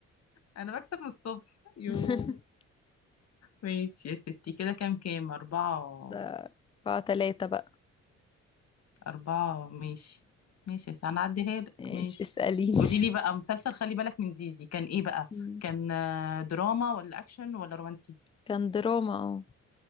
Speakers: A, on the left; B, on the left.
A: انا بكسب من الصبح يو
B: <laughs>
A: ماشي يا ستي كده كام كام أربعة و-
B: ده اربعة تلاتة بقى
A: أربعة ماشي ماشي يا ستي، هنعديها لك
B: ايش
A: ماشي
B: اسأليني
A: قولي
B: <laughs>
A: لي بقى مسلسل خلي بالك من زيزي كان ايه بقى
B: مم.
A: كان آه، دراما ولا اكشن ولا رومانسي
B: كان دراما اه